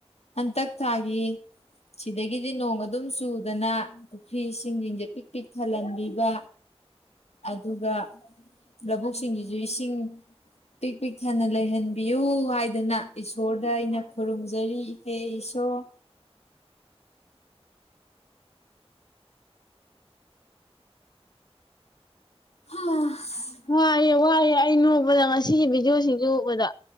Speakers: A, on the left (about 80°); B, on the left (about 40°).
A: ꯍꯟꯇꯛ ꯊꯥꯒꯤ ꯁꯤꯗꯒꯤꯗꯤ ꯅꯣꯡ ꯑꯗꯨꯝ ꯆꯨꯗꯅ ꯄꯨꯈ꯭ꯔꯤ ꯏꯁꯤꯡꯁꯤꯡꯖ‌ꯦ ꯄꯤꯛ ꯄꯤꯛ ꯊꯜꯍꯟꯕꯤꯕ ꯑꯗꯨꯒ ꯂꯧꯕꯨꯛ ꯁꯤꯡꯒꯤꯁꯨ ꯏꯁꯤꯡ ꯄꯤꯛ ꯄꯤꯛ ꯊꯟꯅ ꯂꯩꯍꯟꯕꯤꯌꯨ ꯍꯥꯏꯗꯅ ꯏꯁꯣꯔꯗ ꯑꯩꯅ ꯈꯨꯔꯨꯝꯖꯔꯤ ꯏꯍꯦ ꯏꯁꯣꯔ ꯍꯥ
B: ꯋꯥꯏꯑꯦ ꯋꯥꯏꯑꯦ ꯑꯩ ꯅꯣꯛꯕꯗ ꯉꯁꯤꯒꯤ ꯚꯤꯗꯤꯑꯣꯁꯤꯡꯁ‌ꯦ ꯎꯕꯗ